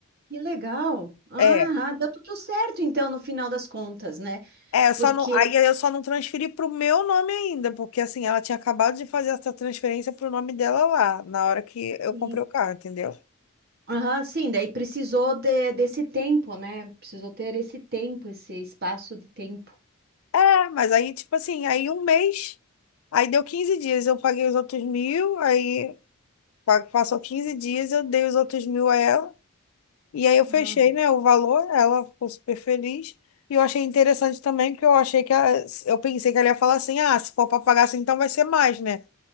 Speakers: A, on the right (about 45°); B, on the left (about 75°).
A: Que legal. Ah,
B: É.
A: ah, deu tudo certo, então, no final das contas, né?
B: É, eu
A: Porque,
B: só não, aí eu só não transferi pro meu nome ainda, porque assim, ela tinha acabado de fazer essa transferência pro nome dela lá, na hora que eu
A: sim,
B: comprei o carro, entendeu?
A: ah, sim, daí precisou de- desse tempo, né? Precisou ter esse tempo, esse espaço de tempo.
B: É, mas aí, tipo assim, aí um mês, aí deu 15 dias, eu paguei os outros mil, aí pa- passou 15 dias, eu dei os outros mil a ela, E aí eu fechei,
A: Ah,
B: né, o valor, ela ficou super feliz. E eu achei interessante também, porque eu achei que ela- eu pensei que ela ia falar assim, ah, se for para pagar assim, então vai ser mais, né?